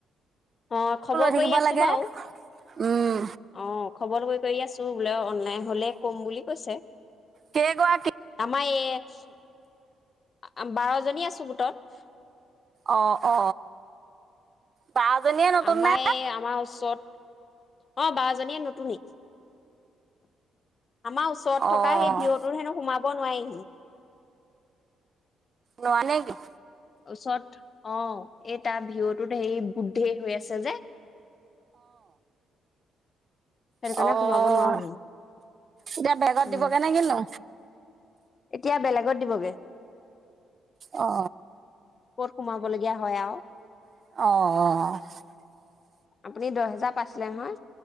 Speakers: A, on the left; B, on the right.
A: অ খবৰ
B: থাকিব
A: কৰি আছো
B: লাগে
A: বাৰু অ।
B: উম
A: খবৰটো কৰি কৰি আছো। অনলাইন হলে কম বুলি কৈছে
B: কেইগৰাকী
A: আমাৰ ইয় বাৰজনী আছো গোটত।
B: অ অ বাজনীয়ে নতুন
A: আমাৰ
B: নে?
A: এ আমাৰ ওচৰত অ বাৰজনীয়ে নতুনী। আমাৰ ওচৰত
B: অ',
A: থকা হেই পীঅ তোত হেনো সোমাব। <unintelligible> নোৱাৰিম।
B: নোৱানেকি।
A: ওচৰত অঁ এই তাৰ ভিউটোত হেৰি <unintelligible> হৈ আছে যে। সেইটো কাৰণে
B: অঁ,
A: সোমাব নোৱাৰো হেনো।
B: এতিয়া বেগত
A: উম
B: দিবগে নে কিনো।
A: এতিয়া বেলেগত দিবগে।
B: অঁ।
A: ক'ত সোমাবলগীয়া হয় আৰু।
B: অঁ অঁ।
A: আপুনি দহ হেজাৰ পাইছিলে নহয়।